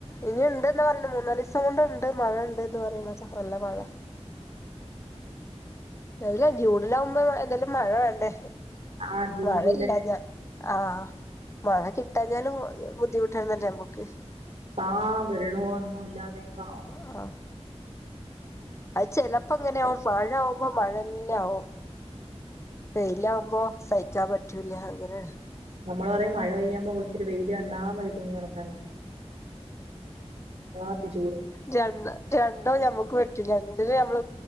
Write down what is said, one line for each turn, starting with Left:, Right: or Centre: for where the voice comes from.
Left: ഇനി ഉണ്ട്ന്ന് പറിയിണ് മൂന്നാലിസം കൊണ്ട് ഇണ്ട് മഴ ഇണ്ട് ഇന്ന് പറിണ ചാറല്ല മഴ നേരാ ജൂണിലാവുമ്പോ എന്താലും മഴ വേണ്ടേ
Right: ആഹ് ജൂൺ
Left: മഴയില്ലാഞ്ഞാ
Right: ജൂലൈ
Left: ആ മഴ കിട്ടാഞ്ഞാലും ബുദ്ധിമുട്ടാണല്ലോ ഞമ്മക്ക്
Right: ആഹ് വെള്ളോ ഒന്നും ഇല്ലാതെയൊക്കെ
Left: ഉം ആ അത് ചെലപ്പോ ഇങ്ങനെയാവും മഴാകുമ്പോ മഴന്നെ ആവും വെയിലാകുമ്പോ സഹികാൻ പറ്റൂല്ലാ അങ്ങനെ
Right: നമ്മൾ പറയും മഴ പെയ്യാൻ പോവുമ്പോ ഇത്തിരി വെയിൽ കണ്ടാ മതി തുണി ഒണക്കാൻ മതി ചൂട്
Left: രണ്ട രണ്ടോ ഞമ്മക്ക് വേ പിന്നെ എന്തിൽ നമ്മൾ